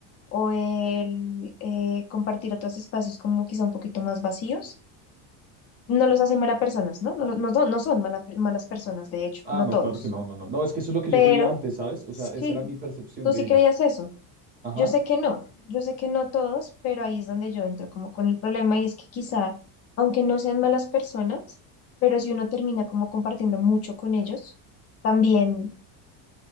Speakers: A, on the left; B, on the right.
A: o el eh, compartir otros espacios como quizá un poquito más vacíos, no los hacen malas personas, ¿no? No, lo- no, son- no son mala- malas personas, de hecho,
B: Ah,
A: no
B: no,
A: todos,
B: claro que no, no, no. No, es que eso es lo que
A: pero
B: yo creía antes, ¿sabes? O
A: sí,
B: sea, esa era mi percepción
A: tú
B: de
A: sí
B: ellos.
A: creías eso.
B: Ajá.
A: Yo sé que no, yo sé que no todos, pero ahí es donde yo entro como con el problema y es que quizá, aunque no sean malas personas, pero si uno termina como compartiendo mucho con ellos, también